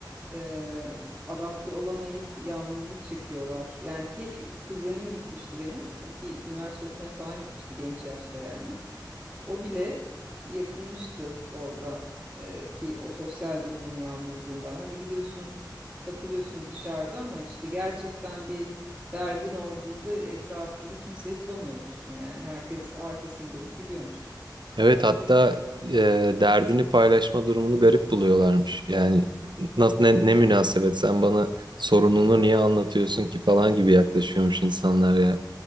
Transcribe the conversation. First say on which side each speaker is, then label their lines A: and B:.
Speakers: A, on the right; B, on the right.
A: e, adapte olamayıp yalnızlık çekiyorlar. Yani ki kuzenim gitmişti benim o ki üniversite okumaya falan gitmişti genç yaşta yani. O bile yakınmıştı orada ee, ki o sosyal durumun yalnızlığından. Hadi gidiyorsun, takılıyorsun dışarıda ama işte gerçekten bir derdin olduğunda etrafında kimseyi bulamıyormuşsun yani. Herkes arkasını dönüp gidiyormuş.
B: Evet hatta e, derdini paylaşma durumunu garip buluyorlarmış. Yani nasıl ne, ne münasebet sen bana sorununu niye anlatıyorsun ki falan gibi yaklaşıyormuş insanlar ya.